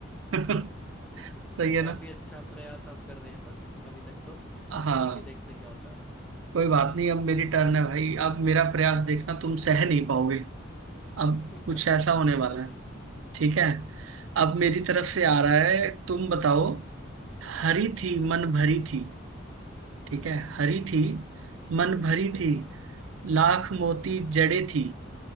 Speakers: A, on the right (about 80°); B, in the centre.
A: <laughs> सही है
B: काफी
A: ना
B: अच्छा प्रयास आप कर रहे हैं पर अभी तक तो
A: हाँ
B: आगे देखते क्या होता
A: कोई बात नहीं अब मेरी टर्न है भाई अब मेरा प्रयास देखना तुम सह नहीं पाओगे अब
B: है <laughs>
A: कुछ ऐसा होने
B: ठीक
A: वाला
B: है भाई
A: है ठीक है अब मेरी तरफ से आ रहा है तुम बताओ हरी थी मन भरी थी ठीक है हरी थी मन भरी थी
B: हाँ
A: लाख मोती जड़े थी